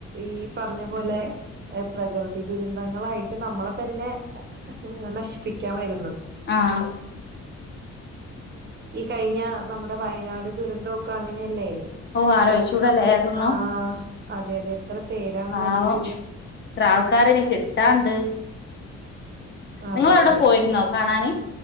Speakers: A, on the right; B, on the left.
A: ഈ പറഞ്ഞ പോലെ ഏഹ് പ്രകൃതി ദുരന്തങ്ങളായിട്ട് നമ്മളെ തന്നെ നശിപ്പിക്കാൻ വരുന്നത്..
B: ആഹ്
A: ഈ കഴിഞ്ഞ നമ്മുടെ വയനാട് ദുരന്തൊക്ക അങ്ങനെയല്ലേ
B: ഓഹ് ആലോയിച്ചൂടല്ലേ
A: എത്ര
B: അതൊന്നും
A: ആ അതെ അതെ എത്ര പേരാണ്
B: പാവം
A: മരിച്ചത്
B: ഇത്ര ആൾക്കാരനി കിട്ടാണ്ട്
A: അതെ
B: നിങ്ങൾ അവിടെ
A: അതെ
B: പോയിരുന്നോ കാണാന്?